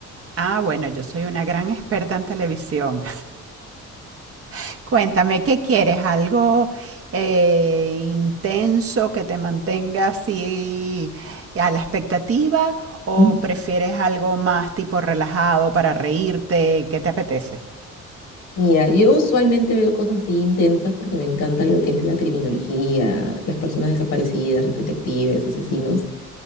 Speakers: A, on the right (about 50°); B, on the left (about 75°).
A: Ah, bueno, yo soy una gran experta en televisión. <laughs> Cuéntame, ¿qué quieres? ¿Algo eh, intenso que te mantenga así a la expectativa o
B: Mm.
A: prefieres algo más tipo relajado para reírte? ¿Qué te apetece?
B: Mira, yo usualmente veo cosas así intensas porque me encanta lo que es la criminología, las personas desaparecidas, los detectives, asesinos.